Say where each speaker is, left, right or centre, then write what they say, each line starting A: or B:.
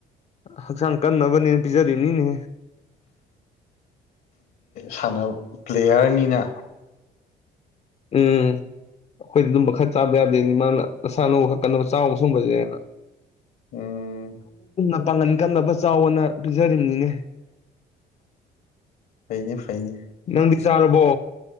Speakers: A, on the left (about 40°); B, on the left (about 65°).
A: ꯍꯛꯆꯥꯡ ꯀꯟꯅꯕꯅꯦꯅ ꯄꯤꯖꯔꯤꯅꯤꯅꯦ
B: ꯁꯅꯕ ꯄ꯭ꯂꯦꯌꯥꯔꯅꯤꯅ
A: ꯎꯝ ꯑꯩꯈꯣꯏ ꯑꯗꯨꯝ ꯈꯔ ꯆꯥꯗ ꯌꯥꯗꯦꯅꯦ ꯃꯥꯅ ꯅꯁꯥꯅꯨ ꯈꯔ ꯀꯟꯅꯕ ꯆꯥꯎꯕ ꯁꯨꯝꯕꯁꯦꯅ
B: ꯎꯝ
A: <unintelligible> ꯄꯥꯡꯒꯟ ꯀꯟꯅꯕ ꯆꯥꯎꯅ ꯄꯤꯖꯔꯤꯝꯅꯤꯅꯦ
B: ꯐꯩꯅꯦ ꯐꯩꯅꯦ
A: ꯅꯪꯗꯤ ꯆꯥꯔꯕꯣ